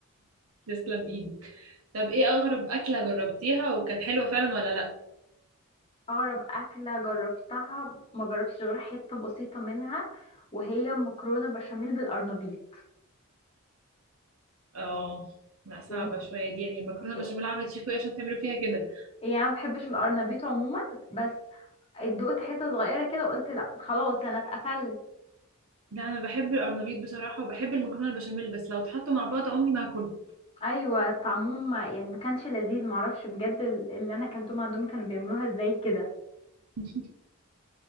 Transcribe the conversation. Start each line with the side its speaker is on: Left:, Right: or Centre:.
Right: تسلم ايدك طب ايه أغرب أكلة جربتيها وكانت حلوة فعلا ولا لأ؟
Left: اغرب اكلة جربتها ما جربتش غير حتة بسيطة منها وهي مكرونة بشاميل بالارنبيط
Right: اه لا صعبة
Left: يعني
Right: شوية دي يعني مكرونة
Left: إيه-
Right: بشاميل عملت شيكو ايه عشان تعملوا فيها كده
Left: يعني انا ما بحبش الارنبيط عموما بس دقت حتة صغيرة كده وقلت لا خلاص انا اتقفلت
Right: لا انا بحب القرنبيط بصراحة وبحب المكرونة البشاميل بس لو اتحطوا مع بعض عمري ما هاكلهم
Left: ايوه طعمهم ما- يعني ما كانش لذيذ معرفش بجد ال- اللي انا اكلتهم عندهم كانوا بيعملوها ازاي كده
Right: <laughs>